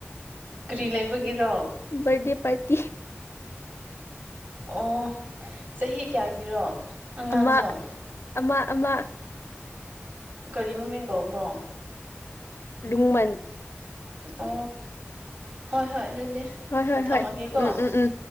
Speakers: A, on the right (about 40°); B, on the left (about 65°).
A: ꯀꯔꯤ ꯂꯩꯕꯒꯤꯔꯣ
B: ꯕꯥꯔꯗꯦ ꯄꯥꯔꯇꯤ
A: ꯑꯣ ꯆꯍꯤ ꯀꯌꯥꯒꯤꯔꯣ ꯑꯉꯥꯡꯗꯣ
B: ꯑꯃ ꯑꯃꯥ ꯑꯃꯥ
A: ꯀꯔꯤ ꯃꯃꯤꯡ ꯀꯧꯕ꯭ꯔꯣ
B: ꯂꯨꯡꯃꯟ
A: ꯑ ꯍꯣꯏ ꯍꯣꯏ ꯑꯗꯨꯗꯤ
B: ꯍꯣꯏ ꯍꯣꯏ
A: ꯊꯝꯃꯒꯦꯀꯣ
B: ꯍꯣꯏ ꯎꯝ
A: <inaudible>
B: ꯎꯝ ꯎꯝ